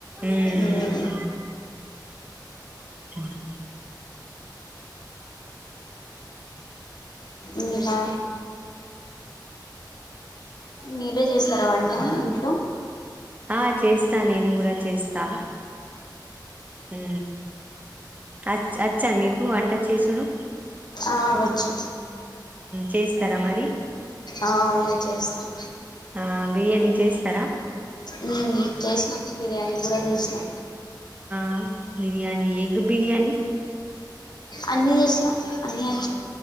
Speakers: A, on the right; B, on the left.
A: ఊమ్
B: మ్మ్.
A: ఉహు
B: ఇంకా మీరే జేస్తారా వంట ఇంట్లో
A: ఆ చేస్తా నేను కూడా చేస్తా ఉ అచ్ ఆచ్చా మీకు వంట చేసుడు
B: ఆ వచ్చు
A: చేస్తారా మరి
B: ఆ అవును చేస్తాం
A: ఆ బిర్యానీ చేస్తారా!
B: ఊ చేసినా బిర్యానీ కూడా చేసినా
A: ఆ బిర్యానీ ఎగ్ బిర్యానీ
B: అన్నీ చేసినా అన్నీ వచ్చు